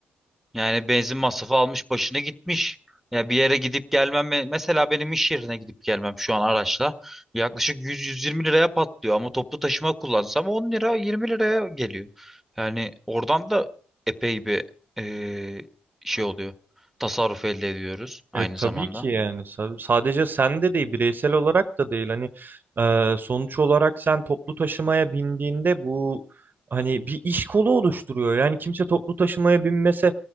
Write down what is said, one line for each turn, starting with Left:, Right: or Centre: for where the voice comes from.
Centre: Yani benzin masrafı almış başına gitmiş. Ya bir yere gidip gelmem me- mesela benim iş yerine gidip gelmem şu an araçla yaklaşık 100-120 liraya patlıyor ama toplu taşıma kullansam 10 lira 20 liraya geliyor. Yani oradan da epey bir eee, şey oluyor. Tasarruf elde ediyoruz aynı
Right: E, tabii
Centre: zamanda.
Right: ki yani Sa- sadece sende değil bireysel olarak da değil hani e, sonuç olarak sen toplu taşımaya bindiğinde bu hani bir iş kolu oluşturuyor yani kimse toplu taşımaya binmese